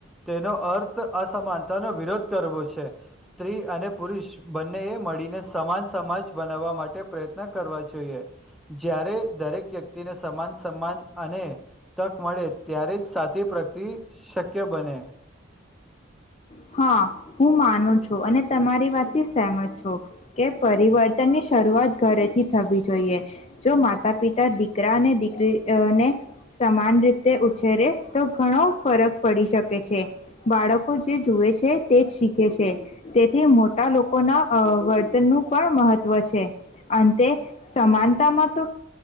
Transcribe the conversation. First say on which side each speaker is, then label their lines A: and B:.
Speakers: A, in the centre; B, on the left.
A: તેનો અર્થ અસમાનતાનો વિરોધ કરવો છે. સ્ત્રી અને પુરુષ બંને એ મળીને સમાન સમાજ બનાવવા માટે પ્રયત્ન ના કરવા જોઈએ. જ્યારે દરેક વ્યક્તિને સમાન સમાન અને તક મળે ત્યારે, જ સાથી પ્રગતિ શક્ય બને.
B: હા હું માનું છું. અને તમારી વાતથી સહમત છું, કે પરિવર્તનની શરૂઆત ઘરેથી થવી જોઈએ. જો માતા પિતા દીકરા અને દીકરીને સમાન રીતે ઉછેરે તો ઘણો ફરક પડી શકે છે. બાળકો જુએ છે તે જ શીખે છે. તેથી મોટા લોકોના વર્તનનું પણ મહત્ત્વ છે અંતે સમાનતામાં તો